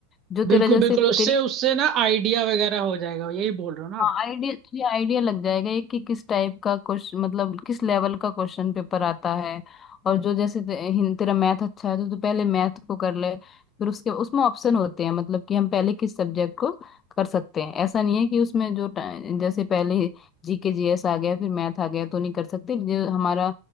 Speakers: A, on the left (about 25°); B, on the right (about 35°).
A: जो तेरा
B: बिल्कुल
A: जैसे
B: बिल्कुल उससे
A: तेरी
B: उससे ना आइडिया वगैरह हो जाएगा यही बोल रहे हो ना
A: हाँ
B: आप
A: आइडिया थोड़ी आइडिया लग जाएगा ये कि किस टाइप का क्वेश्चन मतलब किस लेवल का क्वेश्चन पेपर आता है और जो जैसे ते- हिं- तेरा मैथ अच्छा है तो तू पहले मैथ को कर ले फिर उसके उसमें ऑप्शन होते हैं मतलब कि हम पहले किस सब्जेक्ट को कर सकते हैं ऐसा नहीं है कि उसमें जो ट- जैसे पहले जीके जीएस आ गया फिर मैथ आ गया तो नहीं कर सकते जो हमारा